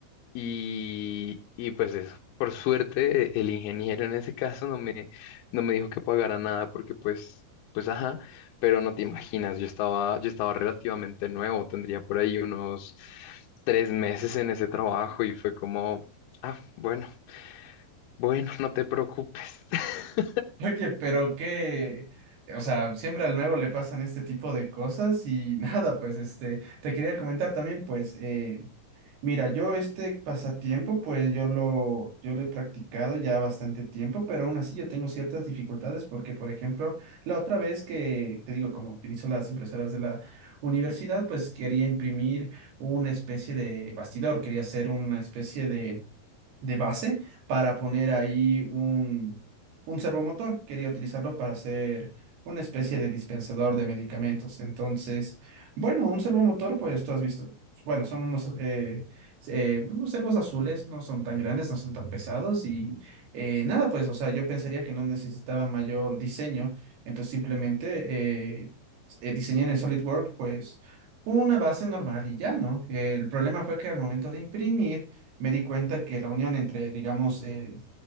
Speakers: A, on the left; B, on the right.
A: y, y pues eso, por suerte el ingeniero en ese caso no me, no me dijo que pagara nada porque pues, pues ajá, pero no te imaginas, yo estaba, yo estaba relativamente nuevo, tendría por ahí unos tres meses en ese trabajo y fue como, ah, bueno, bueno, no te preocupes. <laughs>
B: Oye, pero qué, o sea, siempre al nuevo le pasan este tipo de cosas y <laughs> nada, pues este, te quería comentar también, pues, eh, mira, yo este pasatiempo, pues yo lo, yo lo he practicado ya bastante tiempo, pero aún así yo tengo ciertas dificultades porque, por ejemplo, la otra vez que, te digo, como utilizo las impresoras de la universidad, pues quería imprimir una especie de bastidor, quería hacer una especie de de base para poner ahí un, un servomotor. Quería utilizarlo para hacer una especie de dispensador de medicamentos. Entonces, bueno, un servomotor, pues tú has visto. Bueno, son unos, eh, eh, unos servos azules, no son tan grandes, no son tan pesados y eh, nada, pues, o sea, yo pensaría que no necesitaba mayor diseño, entonces simplemente eh, eh, diseñé en el SolidWorks, pues, una base normal y ya, ¿no? El problema fue que al momento de imprimir, me di cuenta que la unión entre, digamos, eh,